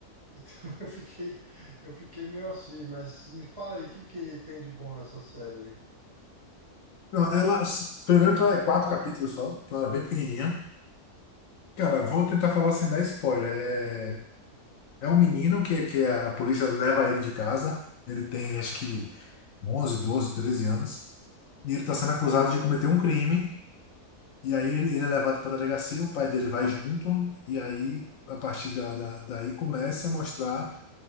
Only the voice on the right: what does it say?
Então <laughs> eu fiquei, eu fiquei meio assim, mas me fala aí, o que que tem de bom nessa série aí?
Uhum.